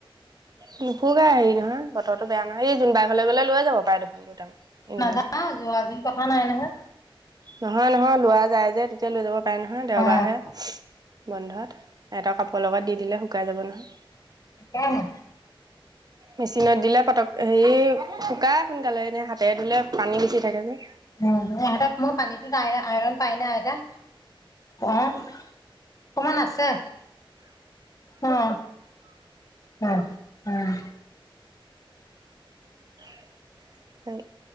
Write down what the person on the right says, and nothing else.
নুশুকাই। হেৰি নহয়, বতৰটো বেয়া নহয়। এই জোনবাইৰ ঘৰলৈ গ'লে লৈ যাব পাৰে দেখোন দুটামান। তিনিখন
চেট।
নহয়। নহয়। লোৱা যায় যে- তেতিয়া লৈ যাব পাৰে নহয়। দেওবাৰেহে
বন্ধত। এটা কাপোৰৰ লগত দি দিলে শুকাই যাব নহয়।
মেচিনত দিলে পতক, হেৰি শুকাই সোনকালে। এনে হাতেৰে ধুলে পানী বেছি থাকে যে
<unintelligible> হেই।